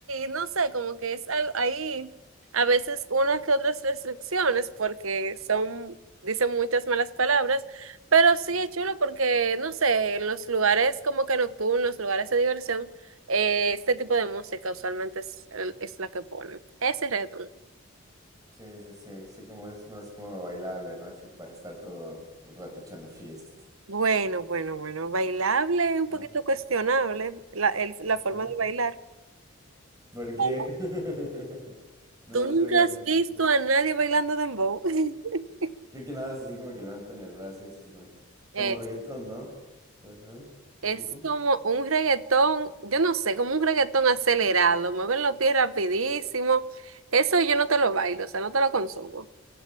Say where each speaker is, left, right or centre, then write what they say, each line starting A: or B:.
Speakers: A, on the right; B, on the right.
A: no sé, como que es al- ahí a veces unas que otras restricciones porque son, dicen muchas malas palabras, pero
B: Sí,
A: sí es chulo porque, no sé, en los lugares como que nocturnos, lugares de diversión, eh, este tipo de música usualmente es, el- es la que ponen. Ese reggaetón.
B: sí, sí, sí, sí, como es más como bailable, ¿no? Así para estar todo el rato echando fiesta.
A: Bueno, bueno, bueno, bailable, un
B: ¿no?
A: poquito cuestionable la, el- la forma
B: Ajá.
A: de bailar.
B: Porque
A: Pero
B: <laughs> no
A: ¿Tú nunca
B: se baila
A: has
B: mucho,
A: visto
B: sí.
A: a nadie bailando dembow? <laughs>
B: Creo que nada es así como que levantan el brazo y es así como, tuc, tuc, como
A: eh,
B: reggaetón, ¿no? Ajá, un
A: Es
B: poco.
A: como un reggaetón, yo no sé, como un reggaetón acelerado, mueven los pies rapidísimo. Eso yo no te lo bailo, o sea, no te lo consumo.